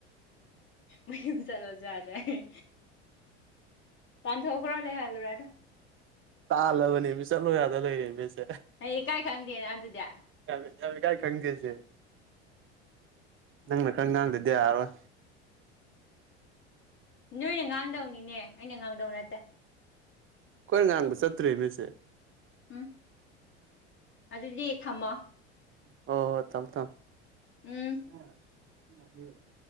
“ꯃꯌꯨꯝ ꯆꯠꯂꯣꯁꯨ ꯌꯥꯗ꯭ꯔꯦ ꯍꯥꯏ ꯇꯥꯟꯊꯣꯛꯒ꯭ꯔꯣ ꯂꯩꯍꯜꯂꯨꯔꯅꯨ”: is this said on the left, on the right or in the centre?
Left